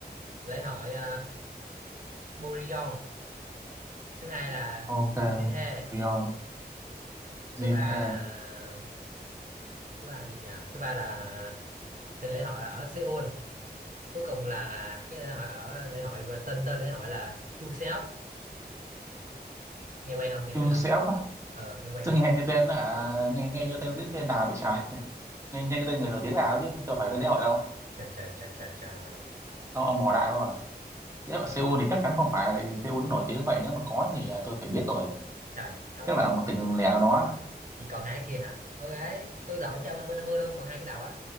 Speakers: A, on the right; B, on the right.
A: lễ hội uh, Burion thứ hai là
B: ok
A: Jinhae
B: Rion
A: thứ
B: Jin
A: ba
B: He
A: là thứ ba là gì nhỉ thứ ba là cái lễ hội ở Seoul cuối cùng là cái lễ hội ở lễ hội tên tên lễ hội là Chuseok nghe quen không nghe
B: Chu
A: quen không
B: Seop á
A: ờ nghe quen
B: tôi
A: không
B: nghe như tên hả nghe nghe như tên diễn viên nào vậy trời nghe, nghe như tên người nổi tiếng nào ấy chứ tôi phải tên lễ hội đâu
A: trời trời trời trời trời
B: ông, ông bỏ đại không à lễ hội Seoul thì chắc chắn không phải tại vì Seoul nó nổi tiếng vậy nếu mà có thì à, tôi phải biết rồi
A: trời ông
B: chắc là ở
A: ông
B: một
A: không
B: tỉnh lẻ nào đó
A: chỉ còn hai cái kia hả ok tôi loại cho ông năm mươi năm mươi luôn còn hai cái đầu á